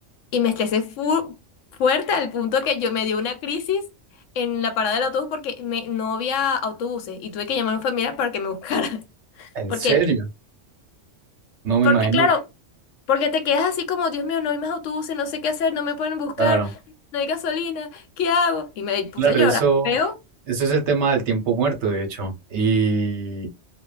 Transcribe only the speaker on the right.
¿En
serio? No me
imagino.
Claro,
claro,
eso,
eso es el tema del tiempo muerto, de hecho. Y,